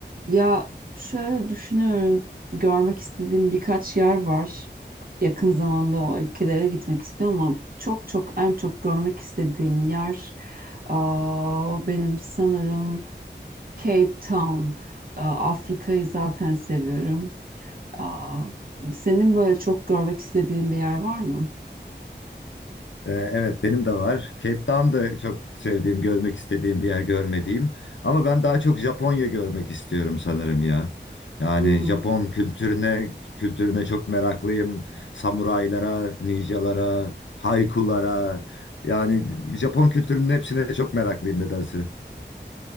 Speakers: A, on the right (about 50°); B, on the left (about 90°).
A: Ya şöyle düşünüyorum. Görmek istediğim birkaç yer var. Yakın zamanda o ülkelere gitmek istiyorum ama çok çok en çok görmek istediğim yer aa, benim sanırım Cape Town. Aa, Afrika'yı zaten seviyorum. Aa, senin böyle çok görmek istediğin bir yer var mı?
B: Ee, Evet benim de var. Cape Town da çok sevdiğim, görmek istediğim bir yer görmediğim. Ama ben daha çok Japonya görmek istiyorum sanırım ya. Yani
A: Hmm.
B: Japon kültürüne kültürüne çok meraklıyım. Samuraylara, ninjalara, haikulara. Yani Japon kültürünün hepsine çok meraklıyım nedense.